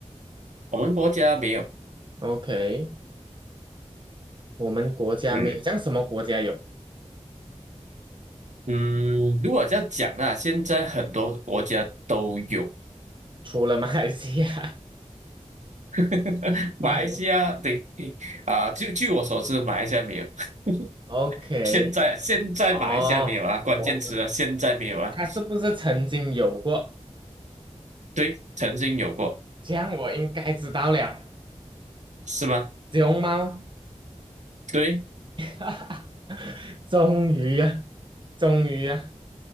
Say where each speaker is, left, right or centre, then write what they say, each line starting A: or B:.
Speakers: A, on the right; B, on the right.
A: 我们国家没有。
B: OK，我们国家没有，
A: 嗯。
B: 这样什么国家有？
A: 嗯，如果这样讲呢，现在很多国家都有，
B: 除了马来西亚，
A: <laughs>
B: <laughs>
A: 马来西亚对
B: 怪
A: 啊，就据我所知，马来西亚没有。<laughs>
B: OK，
A: 现在现在马来西亚没有啊，
B: 哦，
A: 关键词啊，
B: 我知
A: 现在没有啊。
B: 它是不是曾经有过？
A: 对，曾经有过，
B: 这样我应该知道了，
A: 是吗？
B: 熊猫，
A: 对，
B: 哈，<laughs> 终于啊，终于啊